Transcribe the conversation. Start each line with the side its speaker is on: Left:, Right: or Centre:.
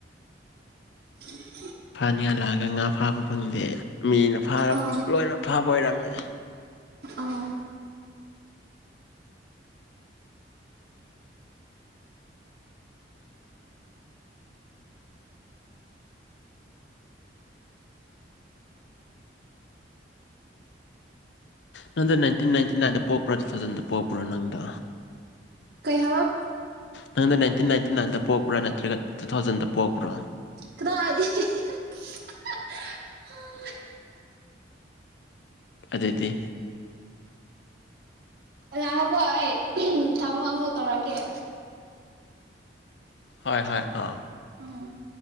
Right: <unintelligible>
Left: ꯐꯥꯅꯤꯡꯉ ꯂꯥꯛꯑꯒ ꯉꯥ ꯐꯥꯕ ꯐꯪꯗꯦ ꯃꯤꯅ ꯐꯥꯔ
Right: ꯑꯥ
Left: ꯂꯣꯏꯅ ꯐꯥꯕ ꯑꯣꯏꯔꯝꯃꯦ
Right: ꯑꯣꯥ
Left: ꯅꯪꯗ‌ꯣ ꯅꯥꯏꯟꯇꯤꯟ ꯅꯥꯏꯟꯇꯤ ꯅꯥꯟꯗ ꯄ‌ꯣꯛꯄ꯭ꯔꯣ ꯇꯨ ꯊꯥꯎꯖꯟꯗ ꯄ‌ꯣꯛꯄ꯭ꯔꯣ ꯅꯪꯗꯣ
Right: ꯀꯩ ꯍꯥꯏꯚ
Left: ꯅꯪꯅ ꯅꯥꯏꯟꯇꯤꯟ ꯅꯥꯏꯟꯇꯤ ꯅꯥꯏꯟꯗ ꯄꯣꯛꯄ꯭ꯔꯥ ꯅꯠꯇ꯭ꯔꯒ ꯇꯨ ꯊꯥꯎꯖꯟꯗ ꯄꯣꯛꯄ꯭ꯔꯥ
Right: ꯀꯗꯥꯏꯗꯩ <unintelligible>
Left: ꯑꯗꯨꯑꯣꯏꯗꯤ
Right: ꯉꯥꯏꯈ‌ꯣꯀ‌ꯣ ꯑꯩ ꯊꯝꯃꯣ ꯑꯃꯨꯛ ꯇꯧꯔꯛꯀ‌ꯦ
Left: ꯍꯣꯏ ꯍꯣꯏ ꯑꯥ
Right: ꯎꯝ